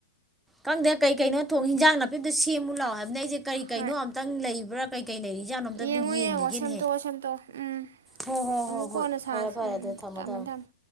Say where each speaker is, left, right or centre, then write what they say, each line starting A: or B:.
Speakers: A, in the centre; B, on the right (about 70°).
A: ꯀꯪꯗ ꯀꯩ ꯀꯩꯅꯣ ꯊꯣꯡ ꯍꯤꯟꯖꯥꯡ ꯅꯥꯄꯤꯗ ꯁꯦꯝꯃꯨ ꯂꯥꯛꯑꯣ ꯍꯥꯏꯕꯅꯤ ꯑꯩꯁꯦ ꯀꯔꯤ ꯀꯩꯅꯣ
B: ꯍꯣꯏ
A: ꯑꯝꯇꯪ ꯂꯩꯕ ꯕ ꯀꯩ ꯀꯩ ꯂꯩꯔꯤꯖꯥꯠꯅꯣ ꯑꯝꯇꯕꯨ
B: ꯌꯦꯡꯉꯣ
A: ꯌꯦꯡꯈꯤꯒꯦꯅꯦꯍꯦ
B: ꯌꯦꯡꯉꯣ ꯁꯦꯝꯇꯣꯛꯑꯣ ꯁꯦꯝꯗꯣꯛꯑꯣ ꯎꯝ
A: ꯍꯣꯏ ꯍꯣꯏ
B: ꯑꯃꯨꯛ
A: ꯍꯣꯏ
B: ꯀꯣꯟꯅ
A: ꯍꯣꯏ
B: ꯁꯥꯁꯤ
A: ꯐꯔꯦ ꯐꯔꯦ
B: ꯎꯝ
A: ꯑꯗꯨꯗꯤ
B: ꯎꯝ
A: ꯊꯝꯃꯣ
B: ꯀꯥꯃ
A: ꯊꯝꯃꯣ
B: ꯊꯝꯃ